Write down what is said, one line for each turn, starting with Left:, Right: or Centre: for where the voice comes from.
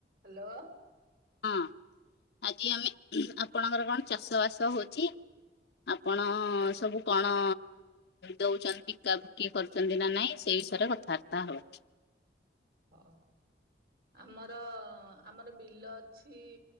Right: Hello.
Left: ହଁ ଆଜି ଆମେ ଆପଣଙ୍କର କଣ ଚାଷ ବାସ ହଉଛି। ଆପଣ ସବୁ କଣ ଦଉଛନ୍ତି ବିକା ବୁକି କରୁଛନ୍ତି ନା ନାଇଁ ସେ ଏ ବିଷୟରେ କଥାବାର୍ତ୍ତା ହେବା।
Right: ହୋଉ। ଆମର ଆମର ବିଲ ଅଛି।